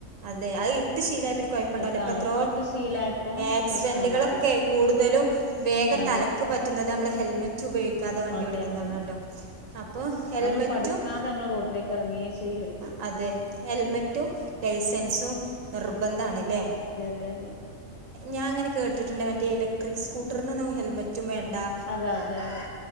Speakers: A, on the right (about 85°); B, on the left (about 40°).
A: അതെ അത് ഇട്ട് ശീലായ പിന്നെ കൊഴപ്പണ്ടാവൂല്ലാ
B: ട്ടാ
A: ഇപ്പ എത്രോ
B: ഇപ്പട്ട് ശീലായപ്പോ
A: ആക്സിഡന്റുകളൊക്കെ
B: പ്രശ്നല്ലാതെ
A: കൂടുതലും വേഗം
B: അതെ
A: തലക്ക് പറ്റുന്നത് നമ്മള് ഹെൽമെറ്റ് റ്റ് ഉപയോഗിക്കാതെ വണ്ടി
B: അതെ
A: ഓടിക്കുന്നതാണല്ലോ
B: അതെ
A: അപ്പൊ ഹെൽമെറ്റും
B: നമ്മൾ പഠിക്കാതെ റോട്ടിലേക്ക് എറങ്ങെ ചെയ്യര്
A: ആഹ് അതെ ഹെൽമെറ്റും ലൈസൻസും നിർബന്ധാണ്ല്ലേ
B: അതെ അതെ
A: ഞാൻ ഇങ്ങനെ കേട്ട്ണ്ട് മറ്റേ ഇലക്ട്രിക് സ്കൂട്ടറിനൊന്നും ഹെൽമെറ്റും വേണ്ടാ
B: അതെ അതെ അതെ